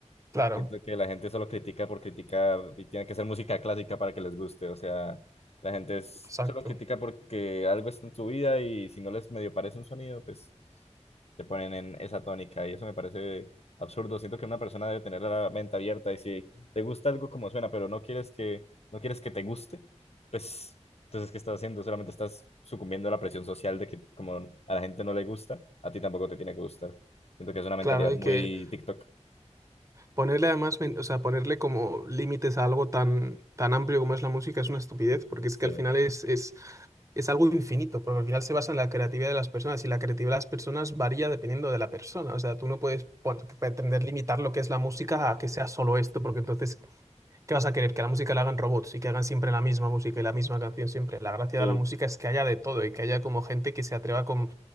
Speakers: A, on the right; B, on the left.
A: Claro.
B: Siento que la gente solo critica por criticar y tiene que ser música clásica para que les guste. O sea, la gente es-
A: Exacto.
B: solo critica porque algo está en su vida y si no les medio parece un sonido, pues se ponen en esa tónica y eso me parece absurdo. Siento que una persona debe tener la mente abierta y si te gusta algo como suena, pero no quieres que, no quieres que te guste, pues entonces ¿qué estás haciendo? Solamente estás sucumbiendo a la presión social de que como a la gente no le gusta, a ti tampoco te tiene que gustar. Siento que es una mentalidad
A: Claro, hay
B: muy
A: que
B: TikTok.
A: ponerle además, men- o sea, ponerle como límites a algo tan, tan amplio como es la música es una estupidez, porque es que
B: Sí.
A: al final es, es, es algo infinito, porque al final se basa en la creatividad de las personas y la creatividad de las personas varía dependiendo de la persona. O sea, tú no puedes pon- pretender limitar lo que es la música a que sea solo esto, porque entonces ¿Qué vas a querer? Que a la música la hagan robots y que hagan siempre la misma música y la misma canción siempre. La gracia
B: Sí.
A: de la música es que haya de todo y que haya como gente que se atreva con...